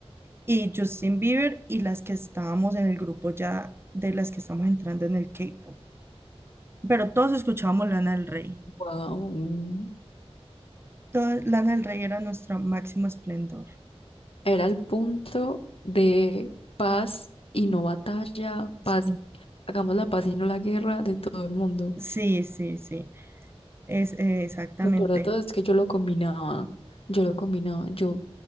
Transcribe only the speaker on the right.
y Justin Bieber y las que estábamos en el grupo ya de las que estamos entrando en el K-pop. Pero todos escuchábamos Lana del Rey.
Toda- Lana del Rey era nuestra máximo esplendor.
Sí,
sí, sí, sí. Es, eh, exactamente.